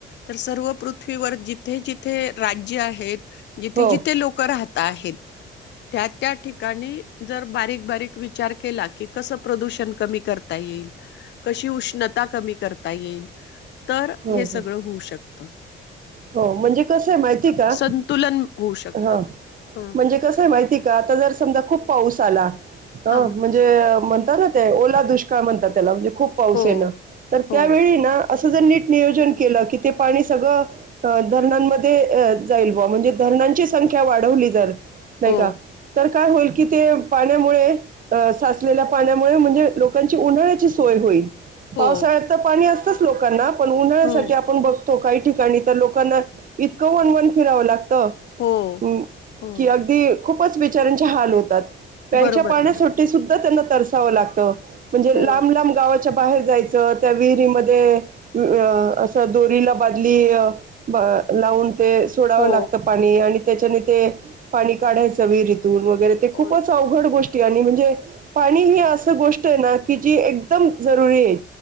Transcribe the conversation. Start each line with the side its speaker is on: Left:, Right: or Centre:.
Left: तर, सर्व पृथ्वीवर जिथे जिथे राज्य आहेत जिथे
Right: हो,
Left: जिथे लोक राहता आहेत त्या त्या ठिक काणी जर बारीक बारीक विचार केला की कसं प्रदूषण कमी करता येईल कशी उष्ण ता कमी करता येईल तर
Right: हो,
Left: हे सगळं
Right: हो.
Left: होऊ शक त
Right: हो म्हणजे कसंय माहितीये का?
Left: संतुलन होऊ शकतं
Right: हा
Left: ह
Right: म्हंजे कसं आहे माहिती का आता जर समजा खूप पाऊस आला हम्म
Left: हा
Right: म्हणजे अ हो ना ते ओला दुष्काळ म्हणतात त्याला म्हंजे खूप पाऊस
Left: हो
Right: येण तर त्यावेळी
Left: हो
Right: ना असं जर नीट नियोजन केलं की ते पाणी सगळं तर धरणांमध्ये अ जाईल बुवा म्हणजे धरणांची संख्या वाढवली जर नाही
Left: हो
Right: का तर काय होईल की ते पाण्यामुळे अ साचलेल्या पाण्यामुळे म्हणजे लोकांची उन्हाळ्याची सोय होईल.
Left: हो
Right: पावसाळ्यात तर पाणी असतच लोकांना पण उन्हाळ्यासाठी
Left: हो
Right: आपण बघतो काही ठिकाणी तर लोकांना इतकं वणवण फिरावं लाग तर
Left: हो
Right: ह
Left: हो
Right: कि अगदी खूपच बिचार्याचे हाल होतात. प्यायच्या
Left: बरोबर
Right: पाण्यासाठी
Left: ना.
Right: सुद्धा त्यांना तरस तव लागत. म्हणजे
Left: हो
Right: लांब लांब गावाच्या बाहेर जायचं त्या विहिरीमध्ये असं दोरीला बादली ब लावून ते सोडावं
Left: हो
Right: लागतं पाणी आणि त्याच्याने ते पाणी काढायच विहिरीत. दूर वगैरे ते
Left: हो
Right: खूपच अवघड गोष् ती आणि म्हणजे ती ही असं गोष्टय ना की की एकदम जरुरी ये